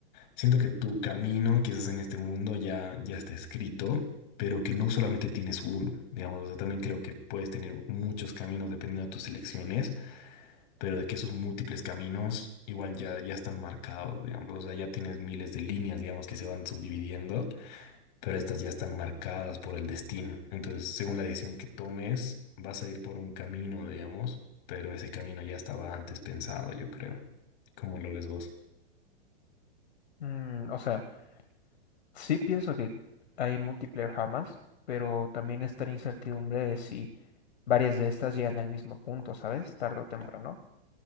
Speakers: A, on the left; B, on the left.
A: Siento que tu camino, quizás en este mundo, ya, ya está escrito, pero que no solamente tienes uno, digamos, o sea, también creo que puedes tener muchos caminos dependiendo de tus elecciones. pero de que esos múltiples caminos igual ya, ya están marcados, digamos, o sea, ya tienes miles de líneas, digamos, que se van subdividiendo, pero estas ya están marcadas por el destino. Entonces, según la decisión que tomes, vas a ir por un camino, digamos, pero ese camino ya estaba antes pensado, yo creo. ¿Cómo lo ves vos?
B: Mm, o sea. Sí pienso que hay multiplayer jamás, pero también está la incertidumbre de si varias de estas llegan al mismo punto, ¿sabes? Tarde o temprano.